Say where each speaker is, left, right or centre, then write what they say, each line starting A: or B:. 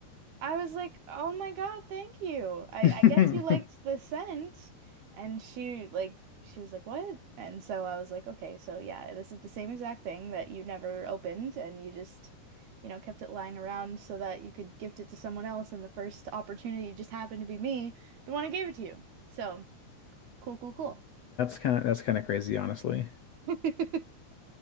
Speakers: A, on the right; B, on the left.
A: I was like, "Oh my God, thank you. I,
B: <laughs>
A: I
B: That's
A: guess you liked the scent." And she like she was like, "What?" And so I was like, "Okay, so yeah, this is the same exact thing that you never opened and you just, you know, kept it lying around so that you could gift it to someone else and the first opportunity just happened to be me, the one who gave it to you." So, cool, cool, cool.
B: kind of that's kind of crazy, honestly.
A: <laughs> I